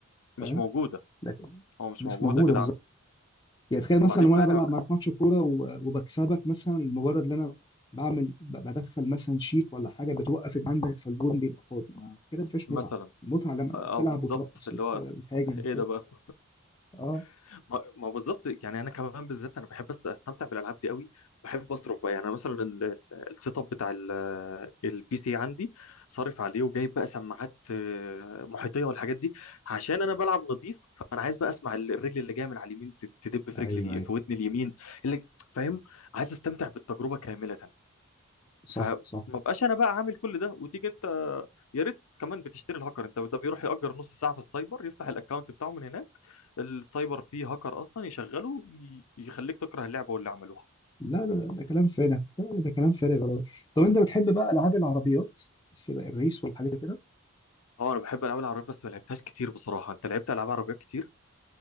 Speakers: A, on the left; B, on the left.
A: مش
B: فاهم
A: موجودة
B: لكن
A: هو مش
B: مش
A: موجودة
B: موجوده
A: كده
B: بالظبط
A: عندي
B: يعني تخيل مثلا
A: وبعدين
B: لو
A: بقى
B: انا
A: أنا
B: بلعب معاك ماتش كوره و- وبكسبك مثلا مجرد ان انا بعمل ب- بدخل مثلا شيت ولا حاجه بتوقف عندك فالجون بيبقى فاضي ما كده ما فيهاش
A: مثلا
B: متعه المتعه لما
A: اه
B: تلعب
A: بالظبط
B: وترقص
A: اللي
B: وت-
A: هو
B: وتهاجم
A: <laughs>
B: وكده
A: ايه ده بقى
B: اه
A: <laughs> ما ما بالظبط يعني انا كمان بالذات انا بحب أس- استمتع بالالعاب دي قوي بحب اصرف بقى يعني مثلا ال- ال- السيت اب بتاع ال- البي سي عندي صارف عليه وجايب بقى سماعات آه، محيطيه والحاجات دي عشان انا بلعب نظيف فانا عايز بقى اسمع ال- الرجل اللي جايه من على اليمين ت- تدب في
B: ايوه
A: رجلي
B: ايوه
A: في ودني اليمين اللي فاهم عايز استمتع بالتجربه كامله
B: صح
A: فما
B: صح
A: بقاش انا بقى عامل كل ده وتيجي انت يا ريت كمان بتشتري الهاكر انت ده بيروح يأجر نص ساعه في السايبر يفتح الاكونت بتاعه من هناك السايبر فيه هاكر اصلا يشغله ي- يخليك تكره اللعبه واللي عملوها
B: لا لا لا ده كلام فارغ لا لا، ده كلام فارغ والله. طب انت بتحب بقى العاب العربيات السباق الريس والحاجات دي كده
A: اه انا بحب العاب العربيات بس ما لعبتهاش كتير بصراحه انت لعبت العاب عربيات كتير